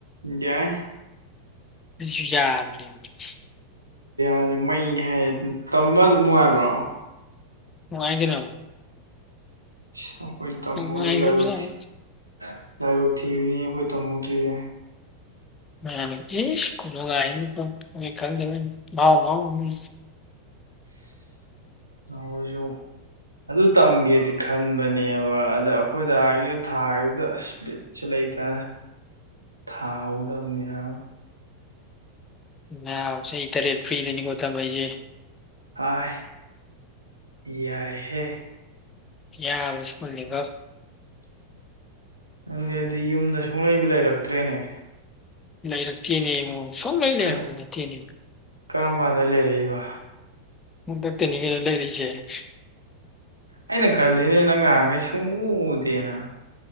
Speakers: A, on the right (about 85°); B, on the left (about 20°).
A: ꯌꯥꯏ
B: ꯁꯨ ꯌꯥ ꯂꯩ <unintelligible>
A: ꯑꯗꯨ ꯃꯩꯅꯦ ꯍꯥꯏꯌꯦ ꯇꯝꯕ ꯑꯗꯨꯝ ꯅꯨꯡꯉꯥꯏꯕ꯭ꯔꯣ
B: ꯋꯥꯥꯏ ꯀꯅ
A: ꯁ ꯇꯝ
B: ꯅꯨꯡꯉꯥꯏꯒ꯭ꯔꯕꯖꯥꯠꯅꯤ
A: ꯍꯤ <inaudible> ꯂꯥꯏꯕꯛ ꯊꯤꯕꯅꯤ ꯑꯩꯈꯣꯏ ꯇꯝꯍꯧꯗ꯭ꯔꯤꯌꯦ
B: ꯃ ꯏꯁ ꯀꯨꯂꯒꯅꯤ ꯈꯪꯗꯥꯎꯥꯎ ꯃꯤ
A: ꯅ ꯑꯣꯏꯁꯨ ꯑꯗꯨ ꯇꯝꯒꯦꯗꯤ ꯈꯟꯕꯅꯦꯕ ꯑꯗ ꯑꯩꯈꯣꯏꯗ ꯍꯥꯏꯒꯤ ꯊꯥꯗꯨꯗ ꯑꯁ ꯕꯤꯠꯁ ꯂꯩ ꯑꯩ ꯇ ꯊꯥꯎꯗꯅꯤ ꯌꯥ
B: ꯃꯌ ꯆꯍꯤ ꯇꯔꯦꯠ ꯐ꯭ꯔꯤꯗꯅꯤꯀꯣ ꯇꯃꯥꯏꯁꯦ
A: ꯍꯥꯏ ꯌꯥꯏꯍꯦ
B: ꯌꯥꯕꯁ꯭ꯨꯀꯜꯂꯤꯕꯣ
A: ꯅꯪꯗꯦꯗꯤ ꯌꯨꯝꯗ ꯁꯨꯡꯂꯩꯕꯨ ꯂꯩꯔꯛꯇ꯭ꯔꯦꯅꯦ
B: ꯂꯩꯔꯛꯇꯦꯅꯦ ꯏꯉꯣ ꯁꯨꯡꯂꯩ ꯂꯩꯔꯛꯄ
A: ꯍꯟꯗꯛ
B: ꯅꯠꯇꯦꯅꯦ
A: ꯀꯔꯝ ꯀꯥꯟꯗ ꯂꯩꯔꯛꯏꯕ
B: ꯗ ꯇꯅꯤ ꯀ ꯂꯩꯔꯤꯁꯦ
A: ꯑꯩꯅ ꯈꯜꯂꯤꯅꯦ ꯅꯪ ꯉꯥꯡꯈꯩ ꯁꯨꯡꯎ ꯎꯗꯦꯅ